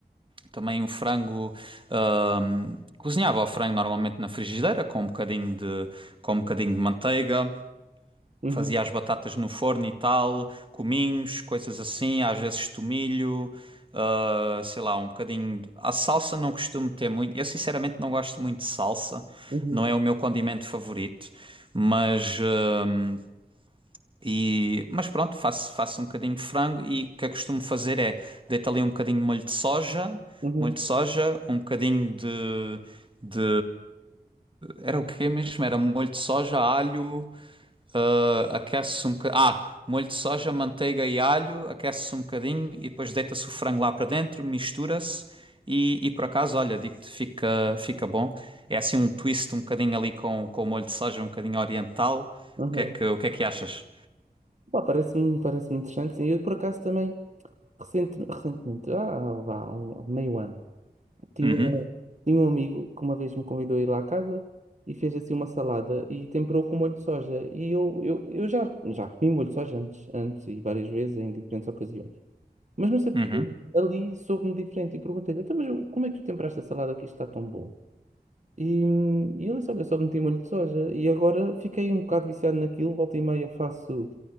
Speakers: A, on the right; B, on the right.
A: Também um frango, ahm, cozinhava o frango normalmente na frigideira com um bocadinho de, com um bocadinho de manteiga,
B: Uhum,
A: Fazia as batatas no forno e tal, cominhos, coisas assim, às vezes tomilho, ah, sei lá, um bocadinho. A salsa não costumo ter muito. Eu sinceramente não gosto muito de salsa,
B: uhum,
A: não é o meu condimento favorito, mas. ah, e, mas pronto, faço, faço um bocadinho de frango e o que eu costumo fazer é deito ali um bocadinho de molho de soja,
B: uhum,
A: molho de soja, um bocadinho de, de... Era o quê mesmo? Era molho de soja, alho, ah, aquece-se um bocadinho. Ah, molho de soja, manteiga e alho, aquece-se um bocadinho e depois deita-se o frango lá para dentro, mistura-se e, e por acaso, olha, digo-te, fica, fica bom. É assim um twist um bocadinho ali com, com o molho de soja, um bocadinho oriental.
B: uhum.
A: O que é que, o que é que achas?
B: Pá, parece-me parece-me interessante, sim. Eu, por acaso, também, recente, recentemente, ah, vá, há um, meio ano, tinha,
A: Uhum,
B: tinha um amigo que uma vez me convidou a ir lá à casa e fez assim uma salada e temperou com molho de soja. E eu, eu, eu já, já comi molho de soja antes, antes e várias vezes em diferentes ocasiões. Mas não sei porque
A: uhum.
B: ali soube-me diferente e perguntei-lhe, então, mas como é que tu temperaste a salada que isto está tão bom? E, e ele disse, olha, só meti molho de soja. E agora fiquei um bocado viciado naquilo, volta e meia faço